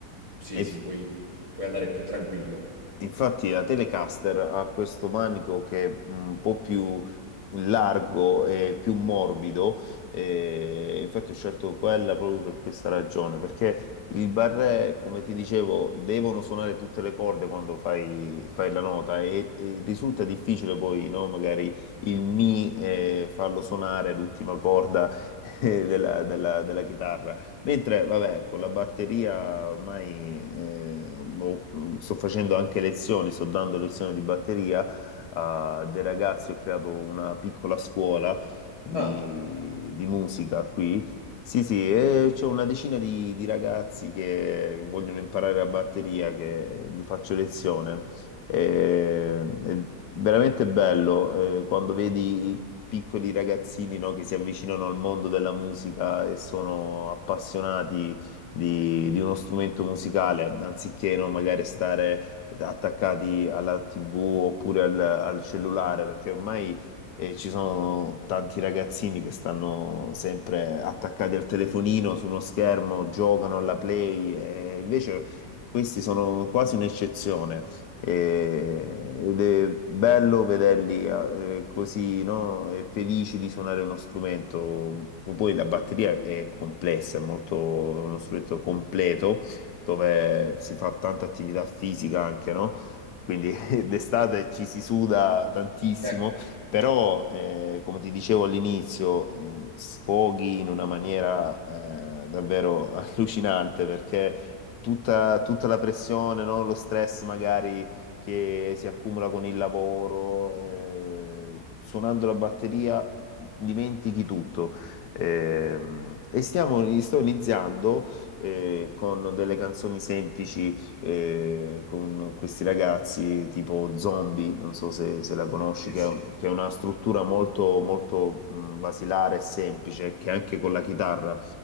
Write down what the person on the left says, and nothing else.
E
Infatti la Telecaster ha questo manico che è un po' più largo e più morbido, e infatti ho scelto quella proprio per questa ragione, perché il barré, come ti dicevo, devono suonare tutte le corde quando fai, fai la nota e, e risulta difficile poi, no? Magari il mi eh, farlo suonare l'ultima corda <laughs> eh, della della- della chitarra. Mentre, vabbè, con la batteria ormai eh, boh, sto facendo anche lezioni, sto dando lezioni di batteria a dei ragazzi, ho creato una piccola scuola di,
di musica qui. Sì, sì, e c'ho una decina di, di ragazzi che vogliono imparare la batteria, che gli faccio lezione. E- È veramente bello eh, quando vedi piccoli ragazzini, no, che si avvicinano al mondo della musica e sono appassionati di, di uno strumento musicale, anziché, no, magari stare attaccati alla TV oppure al, al cellulare, perché ormai eh, ci sono tanti ragazzini che stanno sempre attaccati al telefonino, su uno schermo, giocano alla Play, e invece questi sono quasi un'eccezione. E- ed è bello vederli eh, così, no? E felici di suonare uno strumento. Poi la batteria è complessa, è molto, è uno strumento completo dove si fa tanta attività fisica anche, no? Quindi <laughs> d'estate ci si suda tantissimo,
però eh, come ti dicevo all'inizio, eh, sfoghi in una maniera eh, davvero <laughs> allucinante perché tutta, tutta la pressione, no? Lo stress magari che si accumula con il lavoro, eh, suonando la batteria dimentichi tutto. Ehm, E stiamo, sto iniziando eh, con delle canzoni semplici eh, con questi ragazzi tipo Zombie, non so se, se la conosci,
che
è, che è una struttura molto, molto mh, basilare e semplice, che anche con la chitarra